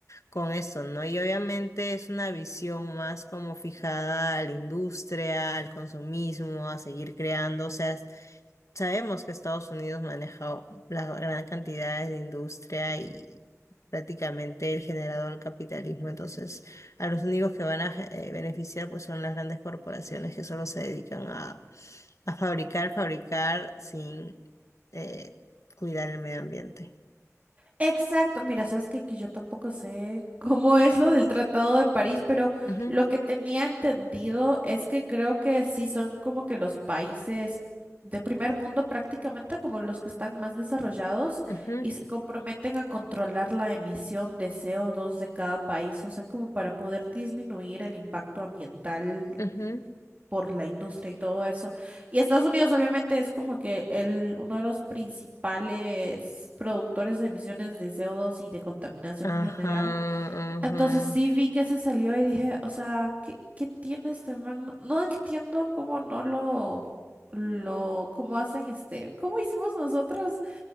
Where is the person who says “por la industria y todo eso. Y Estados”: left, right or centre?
Right